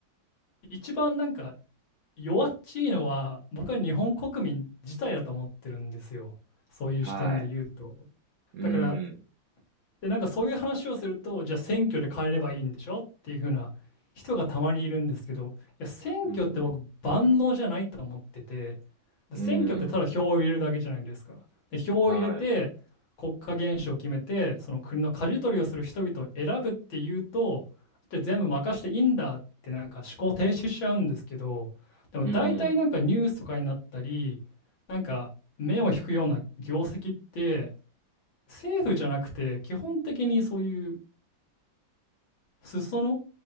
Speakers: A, on the left (about 80°); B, on the right (about 65°).
A: 一番なんか弱っちいのは僕は日本国民自体だと思ってるんですよ。そういう視点で言うと。
B: はい。うん。
A: だからで、なんかそういう話をすると、じゃあ選挙で変えればいいんでしょっていう風な人がたまにいるんですけど、いや、選挙って僕、
B: うん。
A: 万能じゃないと思ってて、で選挙ってただ票を入れるだけじゃないですか。
B: うん。
A: で、票を入れて、
B: は
A: 国家元首を決めて、その国の舵取りをする人々を選ぶっていうと、じゃあ全部任していいんだって、なんか思考停止しちゃうんですけど、でも大体なんかニュースとかになったり、
B: い。うん。
A: なんか目を引くような業績って、政府じゃなくて、基本的にそういう裾野